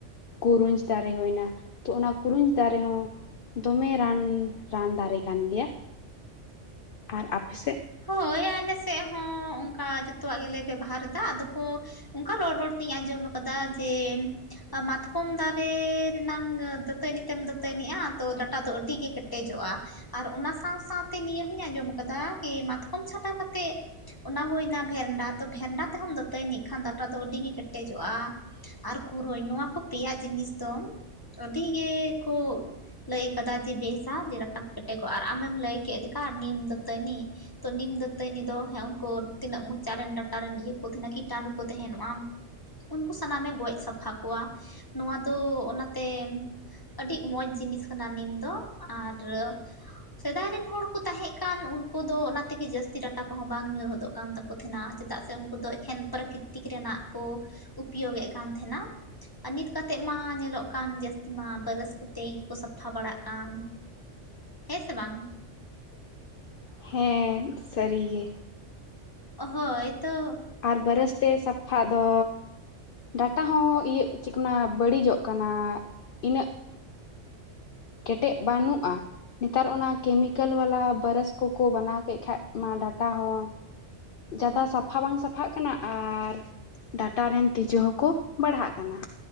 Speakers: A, on the left (about 55°); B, on the left (about 20°).
A: ᱠᱩᱨᱩᱸᱡᱽ ᱫᱟᱨᱮ ᱦᱩᱭᱱᱟ ᱛᱚ ᱚᱱᱟ ᱠᱩᱨᱩᱸᱡᱽ ᱫᱟᱨᱮ ᱦᱚᱸ ᱫᱚᱢᱮ ᱨᱟᱱ ᱨᱟᱱ ᱫᱟᱨᱮ ᱠᱟᱱ ᱜᱮᱭᱟ ᱟᱨ ᱟᱯᱮᱥᱮᱫ
B: ᱦᱳᱭ ᱟᱞᱮ ᱥᱮᱫ ᱦᱚᱸ ᱚᱱᱠᱟ ᱡᱚᱛᱚᱣᱟᱜ ᱜᱮᱞᱮ ᱵᱮᱵᱚᱦᱟᱨ ᱮᱫᱟ ᱟᱫᱚ ᱠᱚ ᱚᱱᱠᱟ ᱨᱚᱲ ᱨᱚᱲ ᱛᱤᱧ ᱟᱸᱡᱚᱢ ᱟᱠᱟᱫᱟ ᱡᱮ ᱢᱟᱛᱠᱚᱢ ᱫᱟᱨᱮ ᱨᱮᱱᱟᱝ ᱫᱟᱹᱛᱟᱹᱱᱤ ᱛᱮᱢ ᱫᱟᱹᱛᱟᱹᱱᱤᱜᱼᱟ ᱛᱚ ᱰᱟᱴᱟ ᱫᱚ ᱟᱹᱰᱤᱜᱮ ᱠᱮᱴᱮᱡᱚᱜᱼᱟ ᱟᱨ ᱚᱱᱟ ᱥᱟᱶ ᱥᱟᱶᱛᱮ ᱱᱤᱭᱟᱹ ᱦᱚᱧ ᱟᱸᱡᱚᱢ ᱠᱟᱫᱟ ᱡᱮ ᱢᱟᱛᱠᱚᱢ ᱪᱷᱟᱛᱟ ᱠᱟᱛᱮᱫ ᱚᱱᱟ ᱦᱩᱭᱱᱟ ᱵᱷᱮᱱᱰᱟ ᱛᱚ ᱵᱷᱮᱱᱰᱟ ᱛᱮᱦᱚᱸ ᱫᱟᱹᱛᱟᱹᱭᱱᱤᱜ ᱠᱷᱟᱱ ᱫᱟᱴᱟ ᱫᱚ ᱟᱹᱰᱤ ᱜᱮ ᱠᱮᱴᱮᱡᱚᱜᱼᱟ ᱟᱨ ᱠᱩᱨᱟᱹᱭ ᱱᱚᱣᱟ ᱠᱚ ᱯᱮᱭᱟ ᱡᱤᱱᱤᱥ ᱫᱚ ᱟᱹᱰᱤ ᱜᱮᱠᱚ ᱞᱟᱹᱭ ᱠᱟᱫᱟ ᱡᱮ ᱵᱮᱥᱟ ᱡᱮ ᱴᱟᱴᱟ ᱠᱚ ᱠᱮᱴᱮᱡᱚᱜᱼᱟ ᱟᱨ ᱟᱢᱮᱢ ᱞᱟᱹᱭ ᱠᱮᱫ ᱞᱮᱠᱟ ᱱᱤᱢ ᱫᱟᱹᱛᱟᱹᱱᱤ ᱛᱚ ᱱᱤᱢ ᱫᱟᱹᱛᱟᱹᱱᱤ ᱫᱚ ᱦᱮᱸ ᱩᱱᱠᱩ ᱛᱤᱱᱟᱹᱜ ᱢᱚᱪᱟ ᱨᱮᱱ ᱴᱟᱴᱟᱨᱮᱱ ᱤᱭᱟᱹ ᱠᱚ ᱛᱟᱦᱮᱱᱟ ᱠᱤᱴᱟᱱᱩ ᱠᱚ ᱛᱟᱦᱮᱱᱚᱜᱼᱟ ᱩᱱᱠᱩ ᱥᱟᱱᱟᱢᱮ ᱜᱚᱡ ᱥᱟᱯᱷᱟ ᱠᱚᱣᱟ ᱱᱚᱣᱟ ᱫᱚ ᱚᱱᱟᱛᱮ ᱟᱹᱰᱤ ᱢᱚᱡᱽ ᱡᱤᱱᱤᱥ ᱠᱟᱱᱟ ᱱᱤᱢ ᱫᱚ ᱟᱨ ᱥᱮᱫᱟᱭ ᱨᱮᱱ ᱦᱚᱲ ᱠᱚ ᱛᱟᱦᱮᱸ ᱠᱟᱱ ᱩᱱᱠᱩ ᱩᱱᱠᱩ ᱫᱚ ᱚᱱᱟ ᱛᱮᱜᱮ ᱡᱟᱹᱥᱛᱤ ᱰᱟᱴᱟ ᱠᱚᱦᱚᱸ ᱵᱟᱝ ᱧᱩᱨᱦᱚᱫᱚᱜ ᱠᱟᱱ ᱛᱟᱠᱚ ᱛᱟᱦᱮᱱᱟ ᱪᱮᱫᱟᱜ ᱥᱮ ᱩᱱᱠᱩ ᱫᱚ ᱮᱠᱮᱱ ᱯᱨᱟᱠᱤᱛ ᱛᱤᱠ ᱨᱮᱱᱟᱜ ᱠᱚ ᱩᱯᱭᱚᱭᱳᱜ ᱮᱫ ᱠᱟᱱ ᱛᱟᱦᱮᱱᱟ ᱟᱨ ᱱᱤᱛ ᱠᱟᱛᱮᱫ ᱢᱟ ᱧᱮᱞᱚᱜ ᱠᱟᱱ ᱡᱟᱹᱥᱛᱤ ᱢᱟ ᱵᱟᱨᱥ ᱠᱚᱛᱮ ᱜᱮᱠᱚ ᱥᱟᱯᱷᱟ ᱵᱟᱲᱟᱜ ᱠᱟᱱ ᱦᱮᱸ ᱥᱮ ᱵᱟᱝ
A: ᱦᱮᱸ ᱥᱟᱹᱨᱤ ᱜᱮ
B: ᱦᱳᱭ ᱛᱚ
A: ᱟᱨ ᱵᱟᱹᱨᱚᱥ ᱛᱮ ᱥᱟᱯᱷᱟ ᱫᱚ ᱰᱟᱴᱟ ᱦᱚᱸ ᱤᱭᱟᱹᱜ ᱪᱤᱠᱱᱟ ᱵᱟᱹᱲᱤᱡᱚᱜ ᱠᱟᱱᱟ ᱤᱱᱟᱹᱜ ᱠᱮᱴᱮᱡ ᱵᱟᱹᱱᱩᱜᱼᱟ ᱱᱮᱛᱟᱨ ᱚᱱᱟ ᱠᱮᱢᱤᱠᱮᱞ ᱵᱟᱞᱟ ᱵᱟᱨᱚᱥ ᱠᱚᱠᱚ ᱵᱮᱱᱟᱣ ᱠᱮᱫ ᱠᱷᱟᱡ ᱢᱟ ᱰᱟᱴᱟ ᱦᱚᱸ ᱡᱟᱫᱟ ᱥᱟᱯᱷᱟ ᱵᱟᱝ ᱥᱟᱯᱷᱟᱜ ᱠᱟᱱᱟ ᱟᱨ ᱰᱟᱴᱟ ᱨᱮᱱ ᱛᱤᱡᱩ ᱦᱚᱸᱠᱚ ᱵᱟᱲᱦᱟᱜ ᱠᱟᱱᱟ